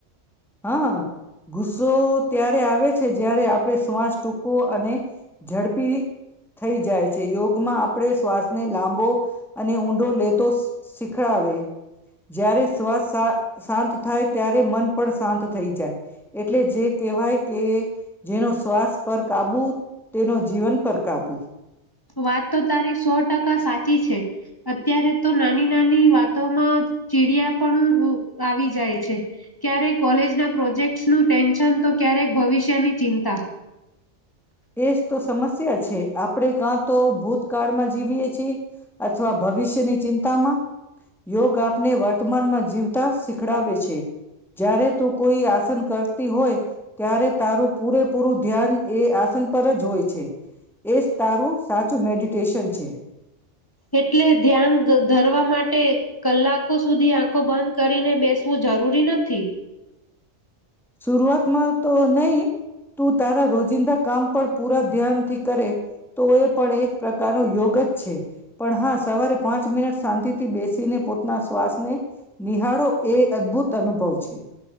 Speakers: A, in the centre; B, on the left.
A: હા ગુસ્સો ત્યારે આવે છે જ્યારે આપણે શ્વાસ ટૂંકો અને ઝડપી થઈ જાય છે. યોગમાં આપણે શ્વાસને લાંબો અને ઊંડો લેતો શીખડાવે જ્યારે શ્વાસ શા શાંત થાય ત્યારે મન પણ શાંત થઈ જાય એટલે જે કહેવાય કે જેનો શ્વાસ પર કાબુ તેનો જીવન પર કાબુ.
B: વાત તો તારી સો ટકા સાચી છે. અત્યારે તો નાની નાની વાતોમાં ચીડિયા પણ આવી જાય છે. ક્યારેક કોલેજના પ્રોજેક્ટ નું ટેન્શન તો ક્યારેક ભવિષ્યની ચિંતા.
A: એજ તો સમસ્યા છે. આપણેે કાં તો ભૂતકાળમાં જીવીએ છીએ. અથવા ભવિષ્યની ચિંતામાં. યોગ આપને વર્તમાનમાં જીવતા શીખડાવે છે. જ્યારે તું કોઈ આસન કરતી હોય ત્યારે તારું પૂરેપૂરું ધ્યાન એ આ પર જ હોય છે. એ જ તારું સાચું મેડિટેશન છે.
B: એટલે ધ્યાન ધ ધરવા માટે કલાકો સુધી આંખો બંધ કરીને બેસવું જરૂરી નથી.
A: સુરૂઆતમાં તો નહી. તું તારા રોજિંદા કામ પર પૂરા ધ્યાનથી કરે તો એ પણ એક પ્રકારનો યોગ જ છે. પણ હા સવારે પાંચ મિનટ સાંતિથી બેસીને પોતાના શ્વાસને નિહાળો એ અદ્ભુત અનુભવ છે.